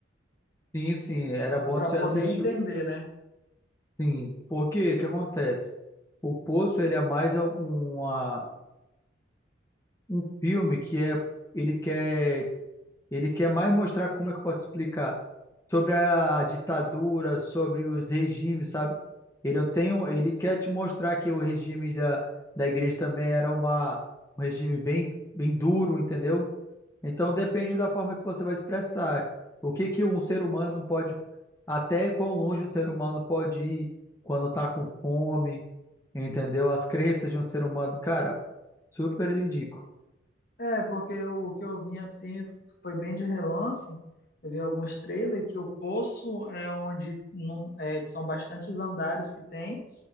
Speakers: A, on the left; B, on the left.
A: Sim, sim, era bom
B: Pra
A: tu
B: poder
A: assistir.
B: entender,
A: o-
B: né?
A: Sim, porque o que acontece? O Poço, ele é mais a- uma, um filme que é, ele quer Ele quer mais mostrar como é que eu posso explicar sobre a ditadura, sobre os regimes, sabe? Ele não tem, um- ele quer te mostrar que o regime da, da igreja também era uma, um regime bem, bem duro, entendeu? Então depende da forma que você vai expressar. O que que um ser humano pode, até quão longe um ser humano pode ir quando tá com fome, entendeu? As crenças de um ser humano, cara, super indico.
B: É, porque o que eu vi assim foi bem de relance. Eu vi alguns trailers que o poço é onde não- é, são bastantes andares que tem.